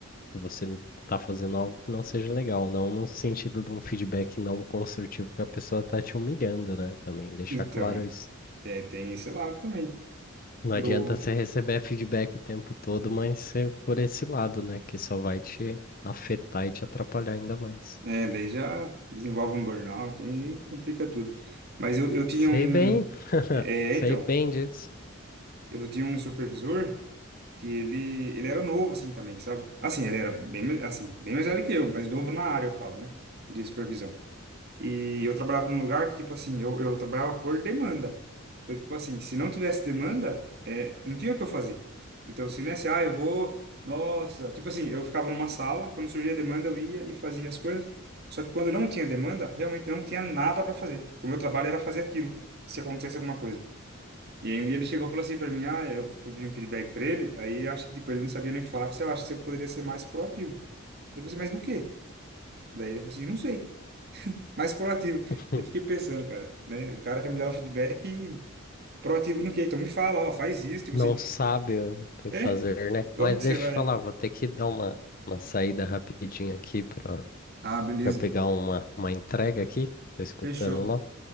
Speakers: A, on the left; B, on the right.
A: que você não tá fazendo algo que não seja legal, não no sentido de um feedback não construtivo que a pessoa tá te humilhando, né? Também deixar
B: Então,
A: claro isso.
B: é, tem esse lado também.
A: Não
B: Eu...
A: adianta você receber feedback o tempo todo, mas ser por esse lado, né? Que só vai te afetar e te atrapalhar ainda mais.
B: É, daí já desenvolve um burnout, aí complica tudo. Mas eu, eu tinha
A: Sei
B: um.
A: bem, <laughs>
B: É,
A: sei
B: então,
A: bem disso.
B: eu tinha um supervisor que ele, ele era novo, assim, também, sabe? Assim, ele era bem, mais- assim, bem mais velho que eu, mas novo na área, eu falo, né? De supervisão. E eu trabalhava num lugar que, tipo assim, eu, eu trabalhava por demanda. Então, tipo assim, se não tivesse demanda, é, não tinha o que eu fazer. Então, se não é assim, ah, eu vou, nossa. Tipo assim, eu ficava numa sala, quando surgia demanda, eu ia e fazia as coisas. Só que quando não tinha demanda, realmente não tinha nada para fazer. O meu trabalho era fazer aquilo, se acontecesse alguma coisa. E aí um dia ele chegou e falou assim para mim, ah, eu pedi um feedback para ele, aí eu acho que tipo, ele não sabia nem o que falar, eu falei, "Ah, eu acho que você poderia ser mais proativo. Eu falei, assim, mas do quê? Daí ele falou assim, não sei mais proativo.
A: <laughs>
B: Eu fiquei pensando, cara, né? O cara quer me dar um feedback e proativo no quê? Então me fala, ó, faz isso. Tipo
A: Não
B: assim,
A: sabe o que
B: é?
A: fazer, né?
B: Como
A: Mas
B: que
A: deixa
B: você vai?
A: eu te falar, vou ter que dar uma, uma saída rapidinho aqui para
B: Ah, beleza.
A: para pegar uma, uma entrega aqui, tô escutando
B: Fechou.
A: lá.